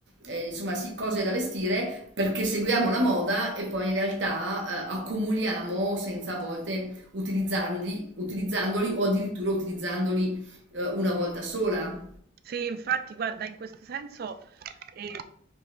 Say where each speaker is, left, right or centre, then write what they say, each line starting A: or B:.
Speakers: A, on the right (about 70°); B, on the right (about 55°).
A: eh, insomma, sì, cose da vestire perché seguiamo la moda e poi in realtà eh, accumuliamo senza a volte utilizzarli, utilizzandoli o addirittura utilizzandoli eh, una volta sola.
B: Sì, infatti, guarda, in questo senso ehm,